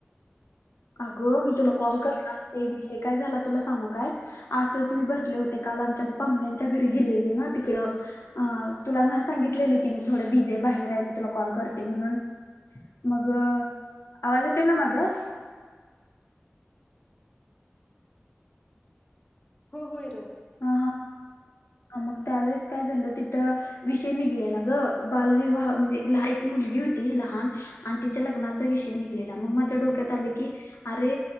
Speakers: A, on the left; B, on the left.
A: अगं मी तुला कोव कर... ते विषय काय झाला तुला सांगू काय असंच मी बसले होते काल आमच्या पाहुण्यांच्या घरी गेलेले ना तिकड अ तुला म सांगितलेले की मी थोडं बिजी आहे बाहेर आहे मी तुला कॉल करते म्हणून मग आवाज येतो ना माझा...
B: हो होय र.
A: हा हा मग त्यावेळेस काय झालं तिथं विषय निघलेला ग बालविवाह म्हणजे एक मुलगी होती लहान आणि तिच्या लग्नाचा विषय निघलेला मग माझ्या डोक्यात आलं की अरे